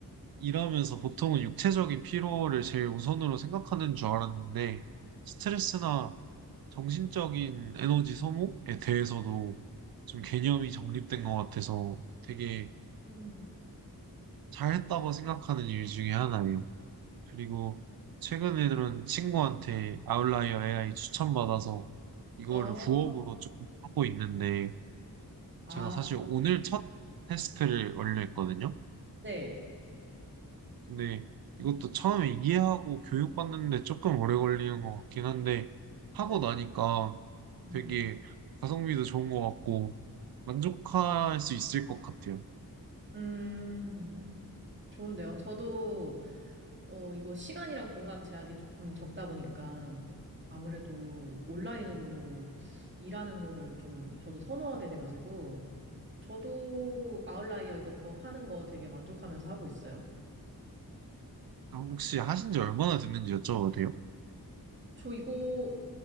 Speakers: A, on the right (about 75°); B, on the right (about 30°).
A: 일하면서 보통은 육체적인 피로를 제일 우선으로 생각하는 줄 알았는데 스트레스나 정신적인 에너지 소모에 대해서도 좀 개념이 정립된 것 같아서 되게
B: 음.
A: 잘했다고 생각하는 일 중에 하나예요. 그리고 최근에는 친구한테 아웃라이어 AI 추천받아서 이거를
B: 어,
A: 부업으로 조금 하고 있는데
B: 아,
A: 제가 사실 오늘 첫 테스트를 완료했거든요.
B: 네.
A: 근데 이것도 처음에 이해하고 교육받는데 조금 오래 걸리는 것 같긴 한데 하고
B: 네.
A: 나니까
B: 음.
A: 되게 가성비도 좋은 것 같고 만족할 수 있을 것 같아요.
B: 음, 좋은데요. 저도, 어, 이거 시간이랑 공간 제약이 조금 적다 보니까 아무래도 온라인으로 일하는 거를 좀 저도 선호하게 돼가지고 저도 아웃라이어 이거 부업하는 거 되게 만족하면서 하고 있어요.
A: 아, 혹시 하신 지 얼마나 됐는지 여쭤봐도 돼요?
B: 저 이거